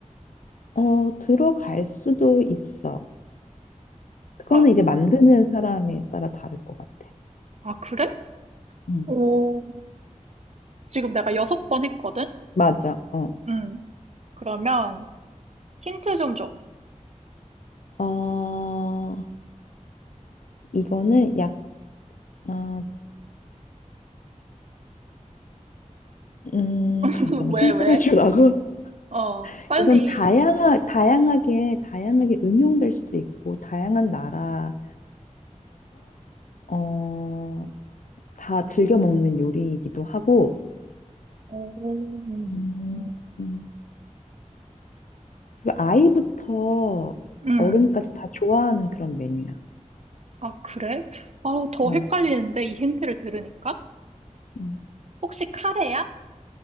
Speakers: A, on the left; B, on the right.
A: 어, 들어갈 수도 있어. 그거는
B: 아,
A: 이제 만드는 사람에 따라 다를 것 같아.
B: 아 그래?
A: 음,
B: 오, 지금 내가 여섯 번 했거든?
A: 맞아. 어,
B: 음. 그러면 힌트 좀 줘.
A: 어, 이거는 약, 어, 음,
B: <laughs>
A: 잠깐만
B: 왜,
A: 힌트를
B: 왜?
A: 주라고.
B: 어,
A: <laughs>
B: 빨리.
A: 이건 다양하, 다양하게, 다양하게 응용될 수도 있고, 다양한 나라에서, 어, 다 즐겨 먹는 요리이기도 하고,
B: 오.
A: 음, 음. 그리고 아이부터
B: 음.
A: 어른까지 다 좋아하는 그런 메뉴야.
B: 아, 그래? 아, 더
A: 어,
B: 헷갈리는데, 이 힌트를 들으니까?
A: 음,
B: 혹시 카레야?